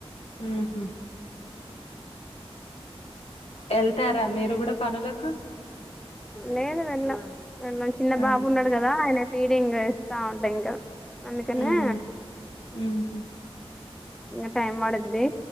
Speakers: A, on the left (about 75°); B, in the centre.
A: ఉహు వెళ్తారా మీరు కూడా పనులకు
B: లేదు వెళ్ల మరి నాక్ చిన్న
A: ఆ
B: బాబు ఉన్నాడ్ కదా అయినా ఫీడింగ్ ఇస్తా ఉంటా ఇంకా అందుకనే
A: హ్ హ్
B: ఇగ టైం పడుద్ది